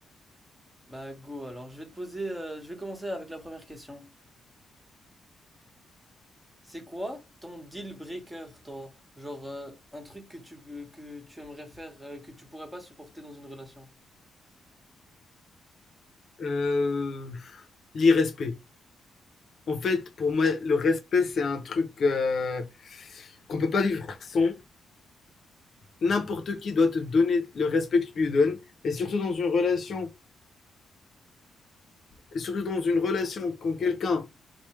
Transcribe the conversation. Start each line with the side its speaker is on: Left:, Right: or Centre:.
Right: Bah, go, alors, je vais te poser, euh, je vais commencer avec la première question. C'est quoi ton deal breaker, toi? Genre, euh, un truc que tu, euh, que tu aimerais faire, euh, que tu pourrais pas supporter dans une relation?
Left: Euh... L'irrespect. En fait, pour moi, le respect c'est un truc euh, qu'on peut pas vivre sans. N'importe qui doit te donner le respect que tu lui donnes. Et surtout dans une relation, et surtout dans une relation quand quelqu'un